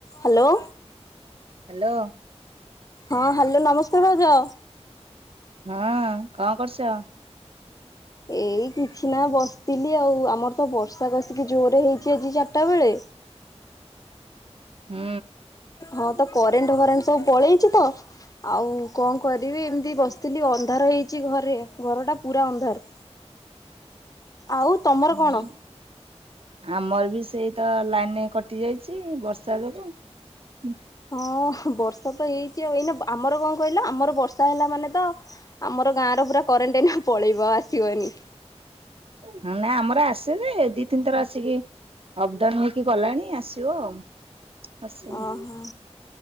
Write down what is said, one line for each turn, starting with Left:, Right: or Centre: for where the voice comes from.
Left: Hello.
Right: Hello.
Left: ହଁ, hello ନମସ୍କାର ଭାଉଜ।
Right: ହଁ, କଣ କରୁଛ?
Left: ଏଇ କିଛି ନା ବସିଥିଲି ଆଉ, ଆମର ତ ବର୍ଷା କଷିକି ଜୋରେ ହେଇଛି ଆଜି ଚାରିଟା ବେଳେ।
Right: ହୁଁ।
Left: ହଁ, ତ କରେଣ୍ଟ ଫରେଣ୍ଟ ସବୁ ପଳେଇଛି ତ। ଆଉ କଣ କରିବି? ଏମିତି ବସିଥିଲି ଅନ୍ଧାର ହେଇଛି ଘରେ, ଘର ଟା ପୁରା ଅନ୍ଧାର। ଆଉ ତମର
Right: ହୁଁ।
Left: କଣ?
Right: ଆମର ବି ସେଇ ତ, ଲାଇନି କଟି ଯାଇଛି ବର୍ଷା ଯୋଗୁଁ।
Left: ହଁ, ବର୍ଷା ତ ହେଇଛି ଆଉ, ଏଇନା ଆମର କଣ କହିଲ? ଆମର ବର୍ଷା ହେଲା ମାନେ ତ ଆମର ଗାଁ ର ପୁରା କରେଣ୍ଟ ଏଇନା ପଳେଇବ। ଆଉ ଆସିବନି।
Right: ହଁ, ନାଇଁ ଆମର ଆସେ ଯେ, ଦି ତିନିଥର ଆସିକି ଅପ୍ ଡାଉନ୍ ହେଇକି ଗଲାଣି ଆସିବ ଆଉ। ଆସିନି
Left: ଅହଁ,